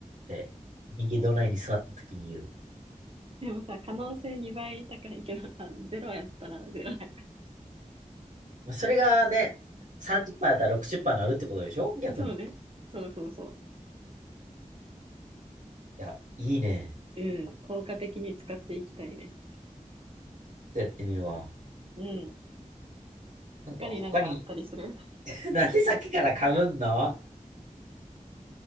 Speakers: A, on the right; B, on the right.
A: て、右隣に座った時に言う。
B: <laughs> でもさ、可能性2倍高いけどさ、<laughs> ゼロやったらゼロやか
A: まあそれがね、30%やったら60%になるってことでしょ逆に。
B: ら。そうね。
A: い
B: そうそうそ
A: や、いいね。
B: う。うん。効果的に使っていきたいね。
A: ちょっとやってみるわ。
B: うん。
A: なんか他に、
B: 他になんかあったりする
A: <laughs> なんでさっきから噛むんの